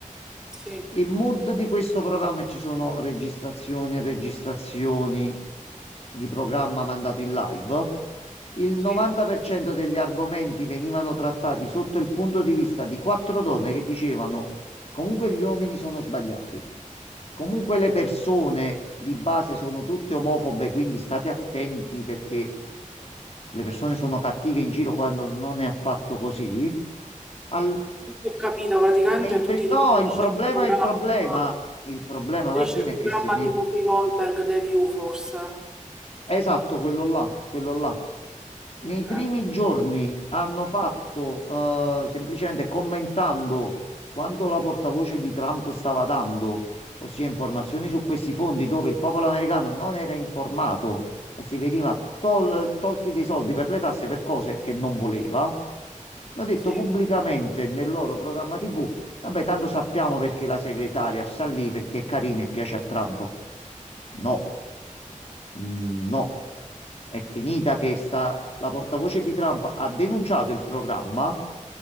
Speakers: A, in the centre; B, on the left (about 50°).
A: sì,
B: Il mood di questo programma e ci sono registrazioni e registrazioni di programma mandato in live. Il 90%
A: sì.
B: degli argomenti venivano trattati sotto il punto di vista di quattro donne che dicevano comunque gli uomini sono sbagliati, comunque le persone di base sono tutte omofobe, quindi state attenti perché le persone sono cattive in giro quando non è affatto così. Al-
A: Questo Ho capito, praticamente
B: nei
A: tu
B: pri-
A: ti riferisci
B: no, il problema,
A: al programma,
B: il problema, il problema,
A: riferisci
B: Martina,
A: al
B: è
A: programma
B: che se nei...
A: di Whoopi Goldberg, The View, forse.
B: Esatto, quello là, quello là. Nei
A: Ok,
B: primi giorni hanno fatto, eh, semplicemente commentando quanto la portavoce di Trump stava dando, ossia informazioni su questi fondi dove il popolo americano non era informato e si veniva tol- tolti dei soldi per le tasse per cose che non voleva. Hanno detto
A: sì,
B: pubblicamente nel loro programma TV, vabbè, tanto sappiamo perché la segretaria sta lì perché è carina e piace a Trump. No. Mm, no, è finita che sta... la portavoce di Trump ha denunciato il programma.